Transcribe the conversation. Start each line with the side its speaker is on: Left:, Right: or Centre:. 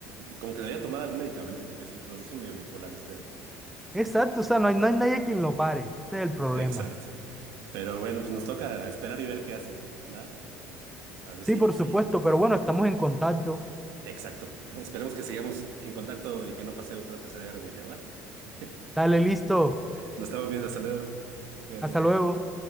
Right: Como que debería tomar algún medicamento porque sí, los dos son medio bipolares, creo.
Centre: Exacto, o sea, no hay, no hay nadie quien lo pare. Ese es el problema.
Right: Exacto. Pero bueno, pues nos toca esperar y ver qué hacen, ¿va? A ver
Centre: Sí,
Right: si,
Centre: por
Right: si...
Centre: supuesto, pero bueno, estamos en contacto.
Right: Exacto. <laughs> Esperemos que sigamos en contacto y que no pase otra tercera guerra mundial, ¿va? <laughs>
Centre: Dale, listo.
Right: Nos estamos viendo, hasta luego. Cuídate.
Centre: Hasta luego.